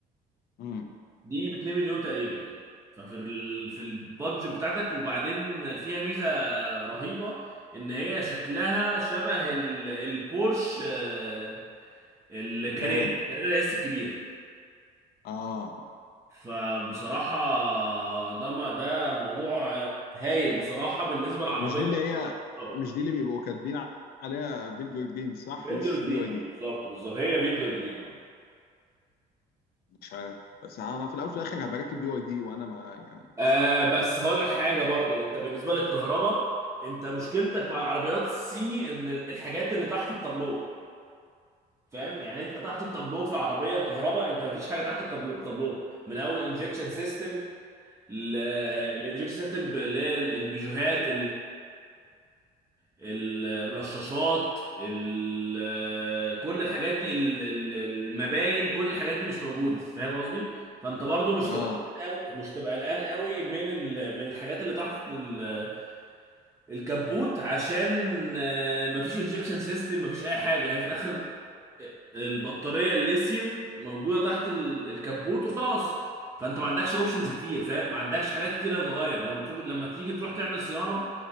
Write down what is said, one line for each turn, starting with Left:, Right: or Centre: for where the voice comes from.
Left: امم
Right: دي ب 2 مليون تقريبا يعني ففي ال... في البادجت بتاعتك وبعدين فيها ميزه رهيبه ان هي شكلها شبه ال... البورش آه، الكاريرا
Left: الكيان
Right: الكاريرا اس الكبيره
Left: اه
Right: فبصراحة ده ما ده موضوع هايل بصراحة بالنسبة للعربية
Left: مش دي اللي هي
Right: طبعا
Left: مش دي اللي بيبقوا كاتبين عليها بيلد يور دريم صح
Right: بيلدر
Left: مش
Right: دريم
Left: بي واي دي
Right: بالظبط بالظبط هي بيلدر دريم
Left: مش عارف بس انا في الاول وفي الاخر هبقى راكب بي واي دي وانا ما يعني
Right: آه بس هقول لك حاجة برضو انت بالنسبة للكهرباء انت مشكلتك مع العربيات الصيني ان الحاجات اللي تحت التابلو فاهم يعني انت تحت التابلو في العربية الكهرباء انت مفيش حاجة تحت الكابلو- التابلو من اول انجكشن سيستم الانجكشن سيستم اللي هي البيجوهات ال- الرشاشات ال- كل الحاجات دي ال- ال- المباين كل الحاجات دي مش موجوده فاهم قصدي فانت برضو مش تبقى
Left: اه
Right: قلقان قوي مش تبقى قلقان قوي من ال- من الحاجات اللي تحت ال- الكبوت عشان آه، مفيش انجكشن سيستم مفيش اي حاجه هي في الاخر البطاريه الليثيوم موجوده تحت ال- الكبوت وخلاص فانت ما عندكش اوبشنز
Left: مم.
Right: كتير فاهم ما عندكش حاجات كتير هتتغير لما تروح لما تيجي تروح تعمل صيانه